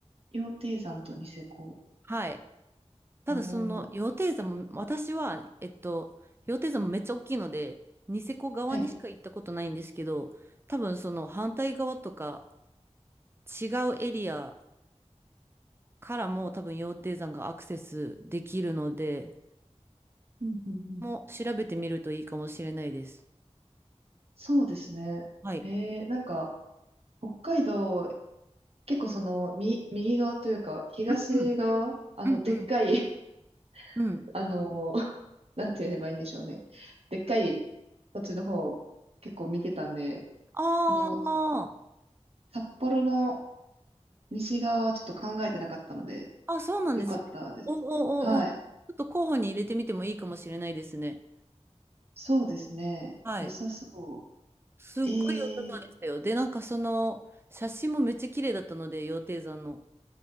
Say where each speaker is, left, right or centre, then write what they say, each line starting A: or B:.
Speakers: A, on the right (about 55°); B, on the right (about 20°).
A: 羊蹄山とニセコ。
B: はい。ただその、
A: おー、
B: 羊蹄山も、私は、えっと、羊蹄山もめっちゃ大きいので、ニセコ側にしか行ったことないんですけど、
A: はい。
B: 多分その反対側とか違うエリアからも多分羊蹄山がアクセスできるので、
A: うんうんうん。
B: も調べてみるといいかもしれないです。
A: そうですね。
B: はい。
A: えー、なんか、北海道結構その、み、右側というか、東側、
B: うんうん。
A: あの、
B: うんうん。
A: でっかい、
B: うん。
A: <laughs> あの、<laughs> なんて言えばいいんでしょうね。でっかい土地の方、結構見てたんで、
B: あ
A: その、札幌の西側はちょっと考えてなかったので、
B: あ、あ、そうなんですね。
A: よかったです。
B: お、お、
A: はい。
B: お、お、ちょっと候補に入れてみてもいいかもしれないですね。
A: そうですね。
B: はい。
A: 良さそ
B: すっごい良さそうでしたよ。
A: う。ええ
B: で、なんかその、写真もめっちゃ綺麗だったので、羊蹄山の。